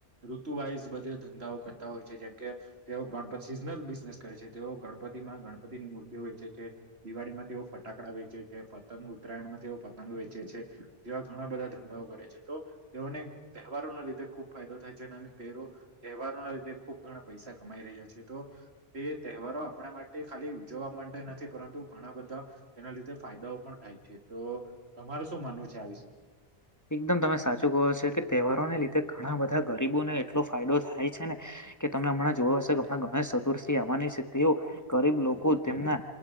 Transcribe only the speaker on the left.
એકદમ તમે સાચું કો છ કે તહેવારોને લીધે ઘણા બધા ગરીબોને એટલો ફાયદો થાય છે ને કે તમે હમણાં જોવ હશેો કે હમણાં ચતુર્થી આવવાની છે તેઓ ગરીબ લોકો તેમના